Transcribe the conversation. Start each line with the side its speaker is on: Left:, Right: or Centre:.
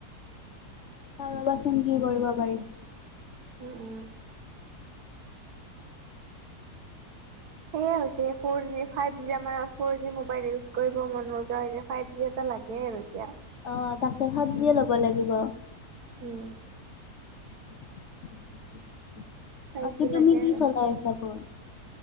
Left: কাৰবচোন কি কৰিব পাৰিম
Right: উম উম সেয়াই হৈছে ফৰ জি ফাইভ জি আ ফৰ জি মোবাইল ইউজ কৰিব মন যোৱা হৈছে ফাইভ জি এটা লাগে আৰু এতিয়া
Left: অ তাকে ফাইভজিয়ে ল'ব লাগিব
Right: উম
Left: <unintelligible>
Right: ফাইভ
Left: বাকী
Right: জি
Left: তুমি
Right: লাগে
Left: কি
Right: আৰু।
Left: চলাইছা ফোন